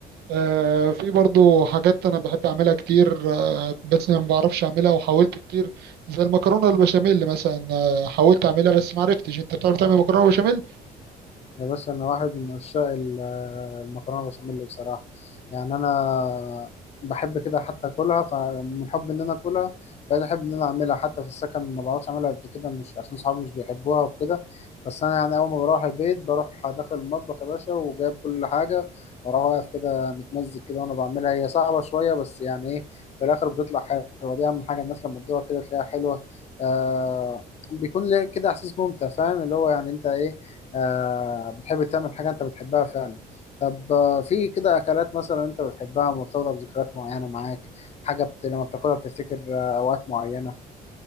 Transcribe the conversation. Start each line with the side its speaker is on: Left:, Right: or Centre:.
Right: آه في برضو حاجات انا بحب اعملها كتير آه بس ما بعرفش اعملها وحاولت كتير زي المكرونه البشاميل مثلا آه حاولت اعملها بس ما عرفتش انت بتعرف تعمل مكرونه بشاميل
Left: يا باشا انا واحد من عشاق ال- المكرونه بشاميل بصراحه يعني انا بحب كده حتى اكلها فمن حب ان انا اكلها بقيت احب ان انا اعملها حتى في السكن ما بعرفش اعملها قد كده مش عشان صحابي مش بيحبوها وكده بس انا يعني اول ما بروح البيت بروح داخل المطبخ يا باشا وجايب كل حاجه واروح واقف كده متمزج كده وانا بعملها هي صعبه شويه بس يعني ايه في الاخر بتطلع حلوه دي اهم حاجه الناس لما تدوقها كده تلاقيها حلوه آه بيكون ليه كده احساس ممتع فاهم اللي هو يعني انت ايه آه بتحب تعمل حاجة أنت بتحبها فعلا طب آه في كده أكلات مثلا أنت بتحبها مرتبطة بذكريات معينة معاك حاجة بت... لما بتاكلها بتفتكر آه أوقات معينة